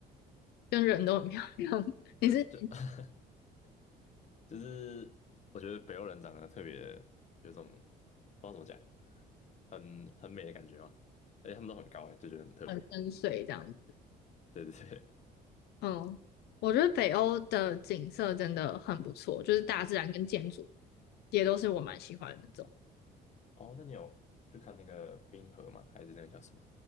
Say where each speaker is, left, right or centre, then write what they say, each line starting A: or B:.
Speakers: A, on the left (about 75°); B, on the left (about 45°).
A: 跟人都很漂亮，<laughs> 你是
B: 呃，就 <laughs> 就是我觉得北欧人长得特别有种不知道怎么讲，很很美的感觉嘛，而且他们都很高诶，就觉得很特别。
A: 很深邃这样子。
B: 对对对，
A: 嗯，我觉得北欧的景色真的很不错，就是大自然跟建筑也都是我蛮喜欢的那种。
B: 哦，那你有去看那个冰河吗？还是那个叫什么